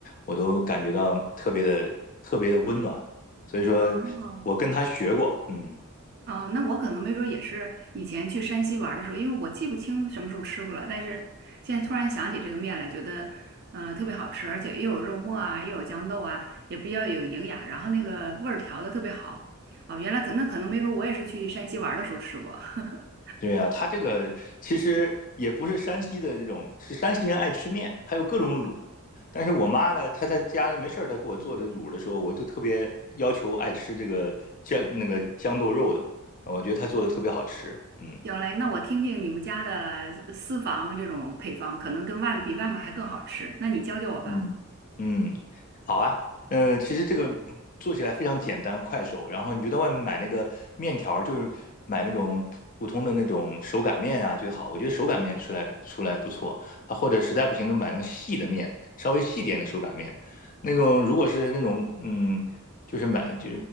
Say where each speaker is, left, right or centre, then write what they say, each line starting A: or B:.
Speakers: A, on the left; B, on the right.
A: 我都感觉到特别的特别的温暖。所以说
B: 哦，
A: 我跟她学过，嗯。
B: 哦，那我可能没准儿也是以前去山西玩儿的时候，因为我记不清什么时候吃过了，但是现在突然想起这个面来，觉得呃特别好吃，而且又有肉末啊，又有豇豆啊，也比较有营养，然后那个味儿调的特别好。哦，原来可那可能没准儿我也是去山西玩儿的时候吃过。<laughs>
A: 对呀、他这个其实也不是山西的这种，是山西人爱吃面，他有各种卤。但是我妈呢，她在家里没事儿，她给我做的卤的时候，我就特别要求爱吃这个姜那个豇豆肉的，我觉得她做的特别好吃。嗯，
B: 行嘞，那我听听你们家的私房这种配方，可能跟外比外面还更好吃。那你教教我吧。
A: 嗯嗯，好啊。呃，其实这个做起来非常简单快手，然后你就在外面买那个面条儿就是买那种普通的那种手擀面啊最好。我觉得手擀面出来出来不错啊，或者实在不行就买那种细的面，稍微细点的手擀面。那种如果是那种嗯，就是买就